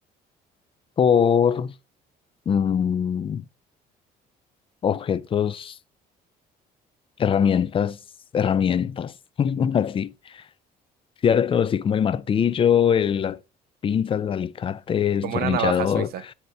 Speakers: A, on the left (about 30°); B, on the right (about 65°).
A: por mm, objetos, herramientas, herramientas, <laughs> así, ¿cierto? Así como el martillo, el, las pinzas, el alicate, el
B: Como
A: tornillador,
B: una navaja suiza.